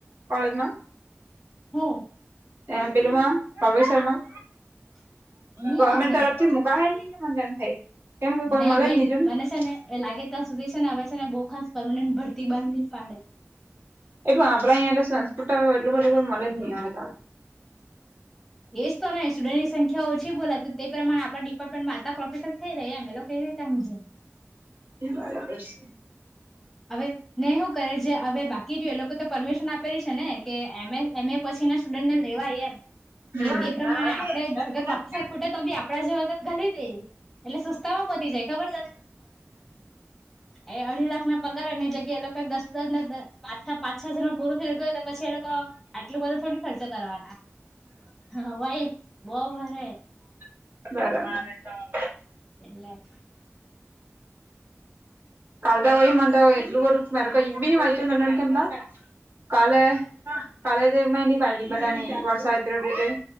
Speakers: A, on the right; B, in the centre.
A: કોલેજમાં
B: હ
A: એ પેલમાં પ્રભ શર્મા
B: <inaudible>
A: ગવર્મેન્ટ
B: અહે
A: તરફ થી મુકાયેલઈ મનેમ થાય કેમ કે કોઈ
B: નહી બેન
A: મ જો એ
B: મને છે ને એ લાગે ત્યાં સુધી છે ને આવે છે ને બહુ ખાસ પરમનન્ટ ભરતી બહાર નહી પાડે
A: એ પણ આપણા અહં સંસ્કૃત એટલું બધું કો મળે જ નહીં આવે
B: એજ તો નહી સ્ટુડન્ટની સંખ્યા ઓછી બોલા તો તે પ્રમાણે આપણા ડિપાર્ટમેન્ટમાં આટલા પ્રોફેસર થ લ આમે લોકોકઈવી કાહું છેે
A: બરાબર છે
B: હવે નેહું કરે છે હવે બાકી રહ લોકો તો પરમિશન આપેલી છે ને કે એમ એ પછી ના સ્ટુડન્ટને લેવાય એમ
A: હમ
B: એટલે
A: હારું
B: તે
A: છે
B: પ્રમાણે આપડે અગર પ્રોફેસર ખૂટે તો બી આપડા જે ગણી દે એટલે સસ્તામાં પતી જાય ખબર તને એ અઢી લાખ ના પગાર એની જગ્યા એ લોકોને દસ દસ ના પા પાંચ છ હજાર ન પૂરું થઈ જતું હોય પછી એ લોકો આટલું બધું થોડી ખર્ચ કરવાના હા ભાઈ બહ ભર
A: બરાબર
B: એલે હ
A: કાલદવાય મ એટલું બર મરઈ બીની વાયચ મના કેમ કાલ કાલ તો મની પાડી બધનીટિટેલ